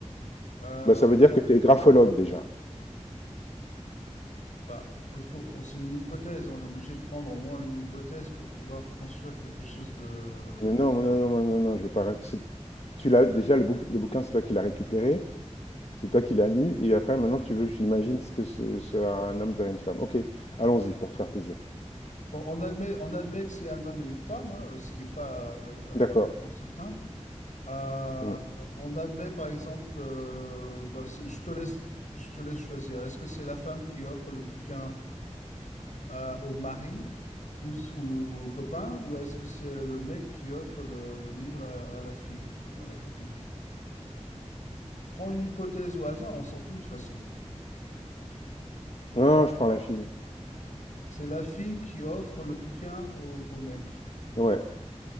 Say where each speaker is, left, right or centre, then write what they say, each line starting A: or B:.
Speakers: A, on the left (about 85°); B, on the left (about 55°).
A: euh,
B: Bah, ça veut dire que tu es graphologue déjà.
A: bah, il faut, on- c'est une hypothèse. On est obligé de prendre au moins une hypothèse pour pouvoir construire quelque chose de.
B: Mais non, non, non, non, non, non, je vais pas. rac- c'est- Tu l'as déjà, le, bouc- le bouquin, c'est toi qui l'as récupéré, c'est toi qui l'as lu, et après, maintenant, tu veux que j'imagine ce que ce sera un homme vers une femme. Ok, allons-y pour te faire plaisir.
A: Bon, on admet, on admet que c'est un homme et une femme, hein, ce qui n'est pas euh,
B: D'accord.
A: absolument certain. Euh,
B: Hmm.
A: on admet par exemple que bah, c'est- je te laisse, je te laisse choisir. Est-ce que c'est la femme qui offre le bouquin à- au mari ou, s- ou le- au copain, ou est-ce que c'est le mec qui offre le, le livre à, à la fille ou à la copine? Prends une hypothèse au hasard, on s'en fout de toute façon.
B: Non, je prends la fille.
A: C'est la fille qui offre le bouquin au, au mec.
B: Ouais.